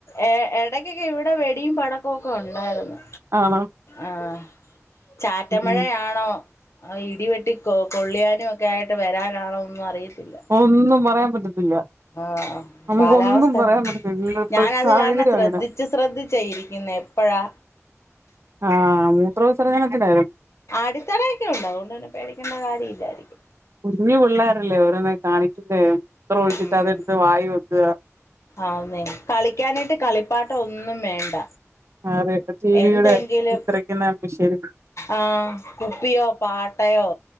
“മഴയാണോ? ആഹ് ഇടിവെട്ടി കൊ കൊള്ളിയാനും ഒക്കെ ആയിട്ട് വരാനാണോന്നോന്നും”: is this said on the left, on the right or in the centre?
Left